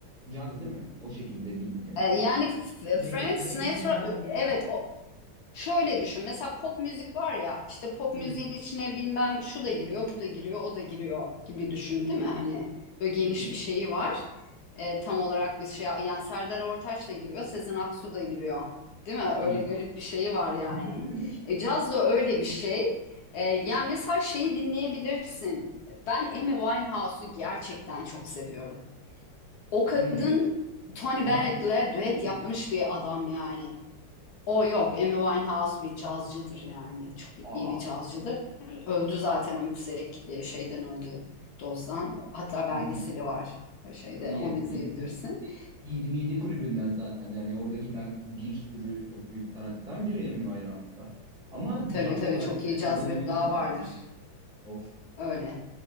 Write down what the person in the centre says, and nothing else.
Caz değil mi? O şekilde biliniyor.
Ne-
Neye,
neye
caz dendi?
Hı.
Hı. Hı.
Hı.
<laughs>
Hmm.
Rock
değil mi
ya?
Aa.
Hı hı.
İyi.
İyi- iyi- 27 kulübünden zaten yani orada giden bir sürü çok büyük sanatçıdan biri Amy Winehouse'da. Ama
caz
olarak
sayıldığını
bilmiyordum
ben onu. Of.